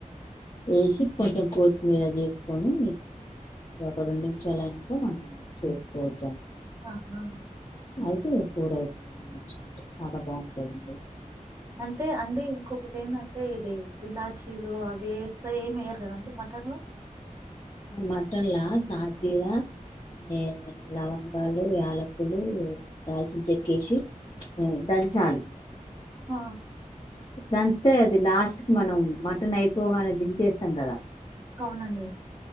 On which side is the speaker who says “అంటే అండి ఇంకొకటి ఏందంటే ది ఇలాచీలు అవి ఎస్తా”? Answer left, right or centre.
Right